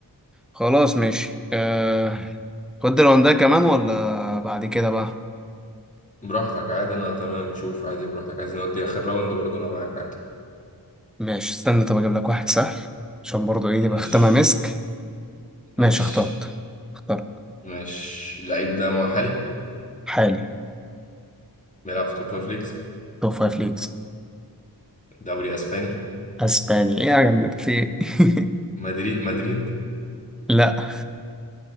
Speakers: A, in the centre; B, on the left.
A: خلاص ماشي أه... تودي الرونداني كمان ولا بعد كده بقى
B: براحتك عادي انا تمام شوف عادي براحتك عايز نودي اخر راوند برضه انا معاك عادي
A: ماشي استنى طب اجيب لك واحد سهل عشان برضه ايه
B: ماشي
A: تبقى ختامها مسك
B: ماشي
A: ماشي اخترت اخترت
B: ماشي اللعيب ده محلي
A: حالي
B: بيلعب في توب فايف ليجز
A: توب فايف ليجز
B: دوري اسباني
A: اسباني ايه يا جماعة في إيه؟ <laughs>
B: مدريد مدريد
A: لا